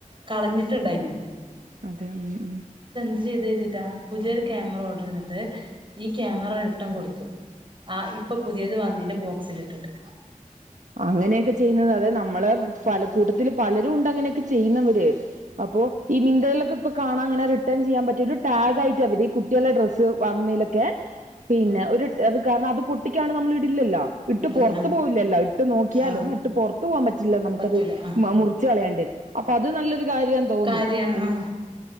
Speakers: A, on the right (about 40°); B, on the right (about 70°).
A: കളഞ്ഞിട്ടുണ്ടായിനു
B: അതെ മ് മ്
A: ത് ചെയ്തെയ്ഞ്ട്ടാ പുതിയൊരു ക്യാമറ ഓർഡറ് യ്തിട്ട് ഈ ക്യാമറ റിട്ടൻ കൊടുത്തു ആഹ് ഇപ്പൊ പുതിയത് വന്നീന്റെ ബോക്സൽ ഇട്ടിട്ട്
B: അങ്ങനെയൊക്കെ ചെയ്യുന്നത് അതെ നമ്മള പല കൂട്ടത്തില് പലരും ഉണ്ട് അങ്ങനെയൊക്കെ ചെയ്യുന്നവര് അപ്പോ ഈ മിൻഗലൊക്കെ പൊ കാണാൻങ്ങെ റിട്ടേൺ ചെയ്യാൻ പറ്റൊ ഒരു ടാഗായിട്ട് അവര് ഈ കുട്ടിളെ ഡ്രസ് വാങ്ങുന്ന യ്ലൊക്കെ പിന്നെ
A: ആ
B: ഒരു അത് കാരണം അത് പൊട്ടിക്കാണ് നമ്മൾ ഇടില്ലല്ലോ ഇട്ട്
A: ഇടില്ല
B: പുറത്തു
A: ആ
B: പോകില്ലല്ലോ ട്ട് നോക്കിയാലും
A: ആ
B: ഇട്ട് പുറത്തു പോകാൻ പറ്റില്ല നമുക്കത്
A: പറ്റൂല ആ
B: മ മുറിച് കളയാണ്ട് അപ്പോ അത് നല്ലൊരു കാര്യം തോന്നുന്നു
A: കാര്യാണ്
B: എൻ
A: ആ